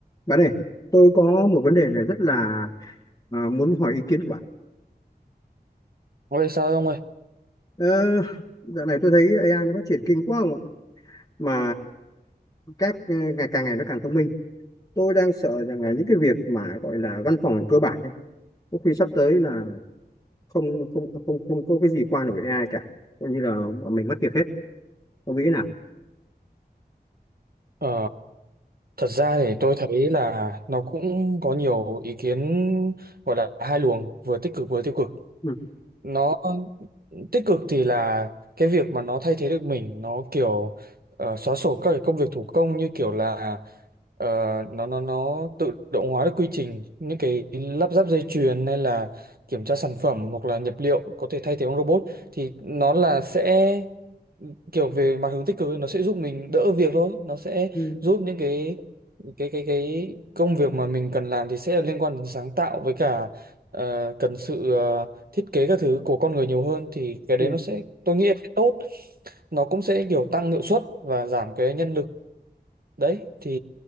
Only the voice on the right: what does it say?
Ôi sao ông ơi?
Ờ, thật ra thì tôi thấy là nó cũng có nhiều ý kiến gọi là hai luồng, vừa tích cực vừa tiêu cực.
Nó tích cực thì là cái việc mà nó thay thế được mình, nó kiểu ờ, xóa sổ các cái công việc thủ công như kiểu là Ờ, nó nó nó tự động hóa được quy trình những cái lắp ráp dây chuyền hay là kiểm tra sản phẩm hoặc là nhập liệu có thể thay thế bằng robot thì nó là sẽ kiểu về mặt hướng tích cực ấy, nó sẽ giúp mình đỡ việc thôi nó sẽ
giúp những cái cái cái cái công việc mà mình cần làm thì sẽ liên quan đến sáng tạo với cả ờ, cần sự ờ, thiết kế các thứ của con người nhiều hơn thì cái
đấy nó sẽ tôi nghĩ là sẽ tốt nó cũng sẽ kiểu tăng hiệu suất và giảm cái nhân lực đấy thì